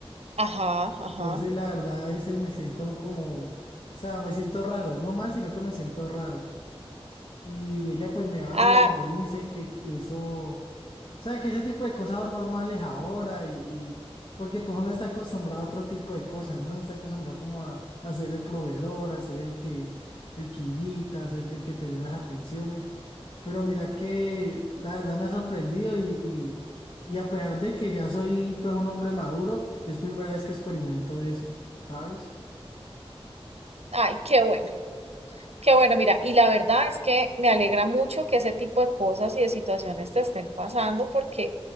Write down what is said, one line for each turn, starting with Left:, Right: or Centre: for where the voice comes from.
Right: Ajá,
Left: Entonces,
Right: ajá.
Left: la verdad, a veces me siento como, o sea, me siento raro, no mal, sino que me siento raro. Y ella pues me habla
Right: Ah,
Left: y me dice que eso, o sea, que ese tipo de cosas son normales ahora y, y- porque pues uno está acostumbrado a otro tipo de cosas, ¿no? Uno está acostumbrado como a, a ser el proveedor, a ser el que, el que invita, a ser el, el que tener las atenciones. Pero mira que la verdad me ha sorprendido y, y, y a pesar de que ya soy pues un hombre maduro, es primera vez que experimento eso, ¿sabes?
Right: ay, qué bueno. Qué bueno, mira, y la verdad es que me alegra mucho que ese tipo de cosas y de situaciones te estén pasando porque,